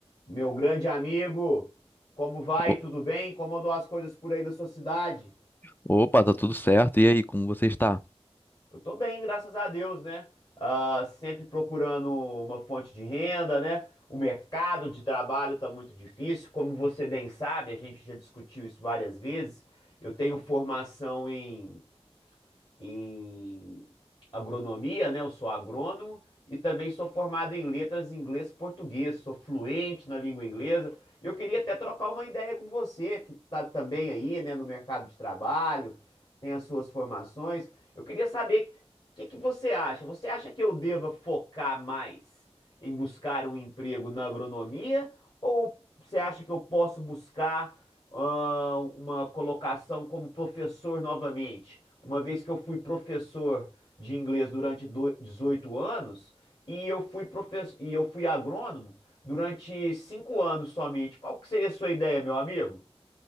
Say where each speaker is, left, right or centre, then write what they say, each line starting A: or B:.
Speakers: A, on the left (about 45°); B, on the left (about 20°).
A: Meu grande amigo, como vai?
B: O-
A: Tudo bem? Como andam as coisas por aí da sua cidade?
B: Opa, tá tudo certo. E aí, como você está?
A: Eu tô bem, graças a Deus, né? Ah, sempre procurando uma fonte de renda, né? O mercado de trabalho tá muito difícil. Como você bem sabe, a gente já discutiu isso várias vezes. Eu tenho formação em em agronomia, né? Eu sou agrônomo e também sou formado em letras em inglês e português, sou fluente na língua inglesa. E eu queria até trocar uma ideia com você, que está também aí, né, no mercado de trabalho, tem as suas formações. Eu queria saber o que que você acha? Você acha que eu deva focar mais em buscar um emprego na agronomia ou você acha que eu posso buscar ah, uma colocação como professor novamente, uma vez que eu fui professor de inglês durante do- 18 anos e eu fui professor e eu fui agrônomo durante cinco anos somente. Qual que seria a sua ideia, meu amigo?